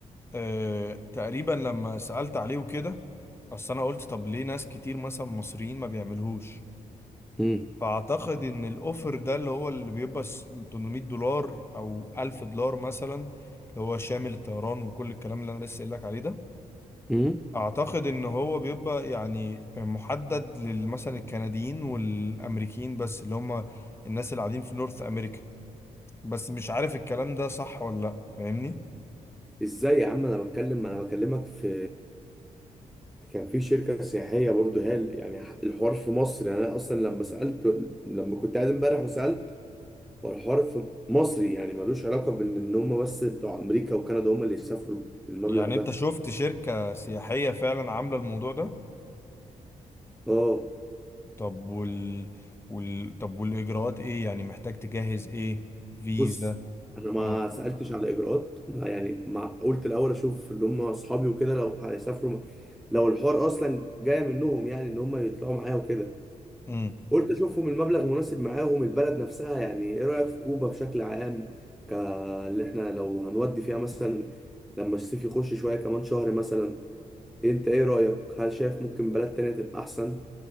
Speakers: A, on the left; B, in the centre.
A: آه تقريبا لما سألت عليه وكده اصل انا قلت طب ليه ناس كتير مثلا مصريين ما بيعملوهوش
B: امم
A: فاعتقد ان الاوفر ده اللي هو اللي بيبقى س- 800 دولار او 1000 دولار مثلا اللي هو شامل الطيران وكل الكلام اللي انا لسه قايل لك عليه ده
B: امم
A: اعتقد ان هو بيبقى يعني محدد للمثلا الكنديين والامريكيين بس اللي هم الناس اللي قاعدين في نورث امريكا بس مش عارف الكلام ده صح ولا لا فاهمني
B: ازاي يا عم انا بتكلم ما انا بكلمك في كان في شركه سياحيه برضو هال يعني ح- الحوار في مصر يعني انا اصلا لما سالت لما كنت قاعد امبارح وسالت هو الحوار في مصري يعني ملوش علاقه بان ان هم بس بتوع امريكا وكندا هم اللي يسافروا بالمبلغ
A: يعني
B: ده
A: انت شفت شركة سياحية فعلا عاملة الموضوع ده
B: اه
A: طب وال... وال... طب والاجراءات ايه يعني محتاج تجهز ايه فيزا
B: بص انا ما
A: اه
B: سالتش على الاجراءات يعني ما قلت الاول اشوف اللي هم اصحابي وكده لو هيسافروا لو الحوار اصلا جاي منهم يعني ان هم يطلعوا معايا وكده
A: امم
B: قلت اشوفهم المبلغ مناسب معاهم البلد نفسها يعني ايه رايك في كوبا بشكل عام ك اللي احنا لو هنودي فيها مثلا لما الصيف يخش شويه كمان شهر مثلا انت ايه رايك هل شايف ممكن بلد تانية تبقى احسن